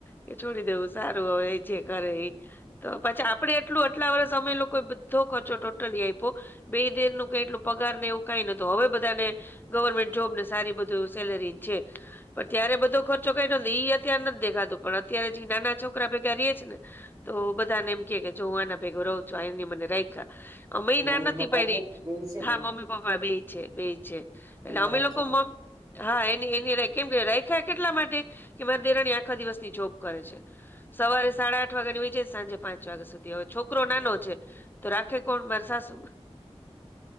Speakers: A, on the left (about 15°); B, on the right (about 30°).
A: કે છોડી દેવું સારું તો હવે જે કરે ઇ તો પછી આપડે એટલું આટલા વર્ષ અમે લોકો બોધો ટોટલી આયપો બે દેર નુ કઈ એટલું પગારને એવું કઈ નહોતો હવે બધાને ગવરર્મેન્ટ જોબ ને સારી બધું. સેલેરી છે પણ ત્યારે બધો ખર્ચો કાઢ્યો ઈ અત્યારે નથી દેખાતું પણ અત્યારે જે નાના છોકરા ભેગા ર‌ઇ છિ ને. તો બધાને એમ કે કે જો હું એના ભેગો રહું છું આની મને રાઈખાયા મે ના
B: મમ્મી
A: નથી
B: પપ્પા
A: પાયડી.
B: છે બેય છે
A: હા મમ્મી પપ્પા બેઇ છે બેઈ છે એટલે
B: એમણે
A: અમે
B: રાખ્યા
A: લોકો મ. હા એની એની કેમ કે રાખાયા કેટલા માટે કે મારી દેરાણી આખા દિવસની જોબ કરે છે. સવારે સાડા આઠ વાગ્યા ની વચચે સાંજે પાંચ વાગ્યા સુધી હવે છોકરો
B: હમ
A: નાનો છે તો રાખે. કોણ માર સાસુ.